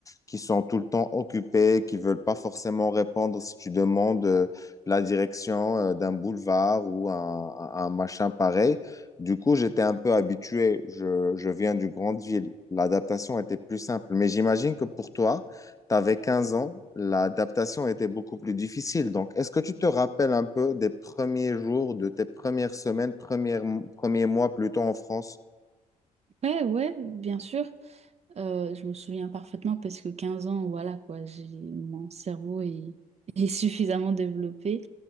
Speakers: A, on the left (about 15°); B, on the right (about 35°).
A: qui sont tout le temps occupées, qui veulent pas forcément répondre si tu demandes euh, la direction euh, d'un boulevard ou un, un- un machin pareil. Du coup, j'étais un peu habitué. Je, je viens d'une grande ville. L'adaptation était plus simple. Mais j'imagine que pour toi, T'avais 15 ans, l'adaptation était beaucoup plus difficile. Donc, est-ce que tu te rappelles un peu des premiers jours, de tes premières semaines, premières- premiers mois plutôt en France?
B: ouais, ouais, bien sûr. Euh, je me souviens parfaitement parce que 15 ans, voilà quoi, j'ai mon cerveau est, <laughs> est suffisamment développé.